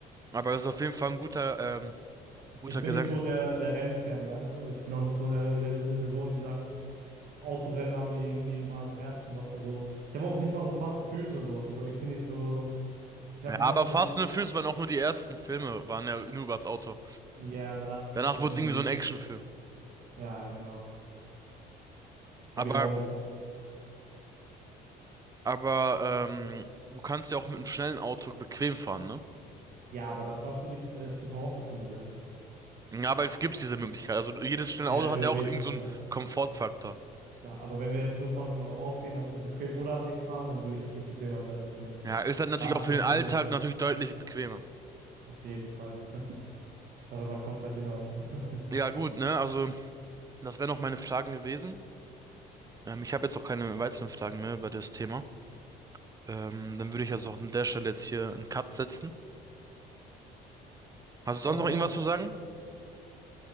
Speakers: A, on the right; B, on the right.
A: Aber das ist auf jeden Fall ein guter, ähm, guter
B: Ich bin
A: Gedanke.
B: nicht so der, der Rennfan, weißt du? Ich bin auch nicht so der, der, eine Person, die sagt, Autorennen haben mir irgendwie mal im Herzen was. Also, ich habe auch nicht mal so Fast and Furious oder sowas geguckt. Ich bin nicht so, ich habe
A: Ja,
B: nicht
A: aber
B: einmal
A: Fast
B: so das,
A: and the Furious waren auch nur die ersten Filme, waren ja nur über das Auto.
B: ja, danach ging
A: Danach
B: es ja auch
A: wurde
B: irgendwie,
A: es irgendwie so ein Actionfilm.
B: ja, genau. Habe
A: Aber
B: ich auch mitbekommen.
A: Aber ähm, du kannst ja auch mit einem schnellen Auto bequem fahren, ne?
B: Ja, aber das hast du nicht als zur Voraussetzung gesetzt.
A: Ja, aber es gibt diese Möglichkeit. Also jedes schnelle
B: Ja,
A: Auto
B: theoretisch,
A: hat ja auch irgend so einen
B: ja.
A: Komfortfaktor.
B: Klar, aber wenn wir jetzt nur von äh, ausgehen, dass wir bequem oder Dings haben, dann würde ich natürlich bequem als erstes nehmen.
A: Ja, ist halt natürlich
B: Da
A: auch
B: ist
A: für
B: Bequemity.
A: den Alltag natürlich deutlich bequemer.
B: Auf jeden Fall. <laughs> Darüber kommt es halt hinaus, ne? <laughs>
A: Ja, gut, ne? Also, das wären auch meine Fragen gewesen. Ähm, ich habe jetzt auch keine weiteren Fragen mehr über das Thema. Ähm, dann würde ich also auch an der Stelle jetzt hier einen Cut setzen. Hast du
B: Alles
A: sonst noch irgendwas
B: klar.
A: zu sagen?